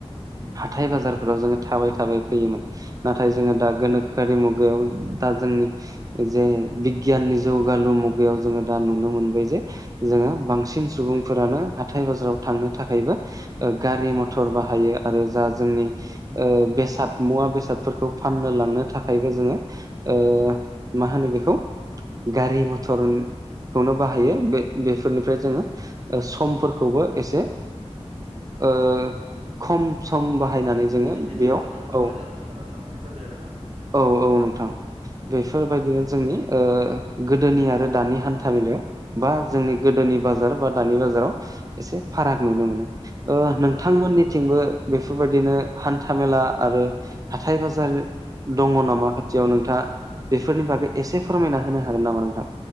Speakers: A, on the right; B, on the right.
A: हाथथाय बाजारफोराव जोङो थाबायै थाबायै फैयोमोन। नाथाय जोङो दा गोनोखोआरि मुगायाव दा जोंनि जे बिगियाननि जौगालु मुगायाव जोङो दा नुनो मोनबाय जे जोङो बांसिन सुबुंफोरानो हाथाय बाजाराव थांनो थाखायबो ओ गारि मथर बाहायो आरो जा जोंनि ओ बेसाद मुवा बेसादफोरखौ फाननो लांनो थाखायबो जोङो ओ मा होनो बेखौ गारि मथर खौनो बाहायो बे बेफोरनिफ्राय जोङो समफोरखौबो एसे ओ खम सम बाहायनानै
B: खम समनि
A: जोङो
B: गेजेरावनो
A: बेयाव
B: लांलाय
A: औ।
B: लाबोलाय खालामनो हानाय जाबाय आरो ना
A: औ औ नोंथां। बेफोरबायदिनो जोंनि ओ गोदोनि आरो दानि हान्था मलाायाव बा जोंनि गोदोनि बाजार बा दानि बाजाराव एसे फाराग नुनो मोनो। ओ
B: औ
A: नोंथांमोननिथिंबो बेफोरबायदिनो हान्था मेला आरो हाथथाय बाजार दङ नामा खाथियाव नोंथाङा बेफोरनि बागै एसे फोरमायना होनो हागोन नामा नोंथां?